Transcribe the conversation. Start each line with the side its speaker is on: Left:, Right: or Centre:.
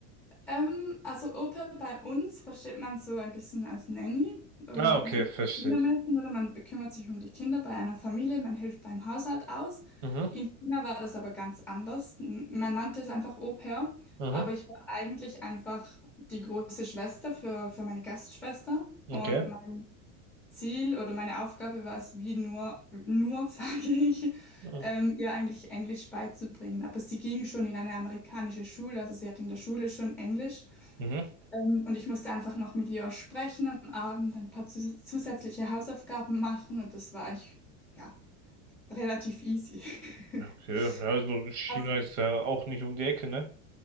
Centre: Ähm, also Opa bei uns versteht man so ein bisschen als Nanny oder
Right: Ah, okay,
Centre: als ein
Right: verstehe
Centre: Kindermädchen
Right: ich.
Centre: oder man bekümmert sich um die Kinder bei einer Familie, man hilft beim Haushalt aus.
Right: Mhm.
Centre: In China war das aber ganz anders. N- Man nannte es einfach Au-pair,
Right: Mhm.
Centre: aber ich war eigentlich einfach die große Schwester für, für meine Gastschwester und
Right: Okay.
Centre: mein Ziel oder meine Aufgabe war es, wie nur, nur <laughs> sage ich,
Right: Mhm.
Centre: ähm, ihr eigentlich Englisch beizubringen. Aber sie ging schon in eine amerikanische Schule, also sie hat in der Schule schon Englisch.
Right: Mhm.
Centre: Ähm, und ich musste einfach noch mit ihr sprechen am Abend, ein paar zus zusätzliche Hausaufgaben machen und das war ich, ja, relativ easy.
Right: Okay,
Centre: <laughs>
Right: ja, also China
Centre: Also,
Right: ist ja auch nicht um die Ecke, ne?